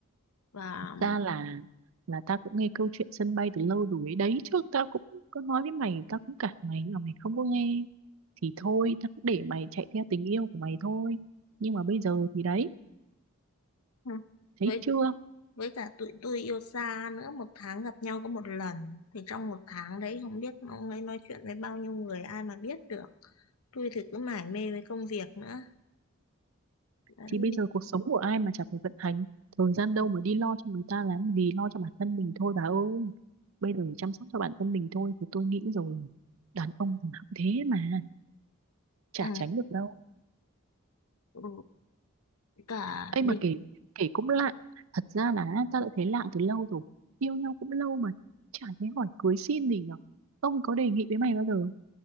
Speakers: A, on the left; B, on the right.
A: và
B: ra là là ta cũng nghe câu chuyện sân bay từ lâu rồi ấy. đấy trước tao cũng có nói với mày tao cũng cản mày nhưng mà mày không có nghe thì thôi tao cũng để mày chạy theo tình yêu của mày thôi nhưng mà bây giờ thì đấy
A: Ừ.
B: thấy
A: với
B: chưa
A: với cả tụi tôi yêu xa nữa một tháng gặp nhau có một lần thì trong một tháng đấy không biết ông ấy nói chuyện với bao nhiêu người ai mà biết được tôi thì cứ mải mê với công việc nữa đấy
B: thì bây giờ cuộc sống của ai mà chả phải vận hành thời gian đâu mà đi lo cho người ta làm gì lo cho bản thân mình thôi bà ơi bây giờ chăm sóc cho bản thân mình thôi thì tôi nghĩ rồi đàn ông thì nó cũng thế mà chả
A: ừ.
B: tránh được đâu
A: Ừ. cả
B: ấy
A: đi
B: mà kể kể cũng lạ thật ra là ta đã thấy lạ từ lâu rồi yêu nhau cũng lâu mà chả thấy hỏi cưới xin gì nhở ông có đề nghị với mày bao giờ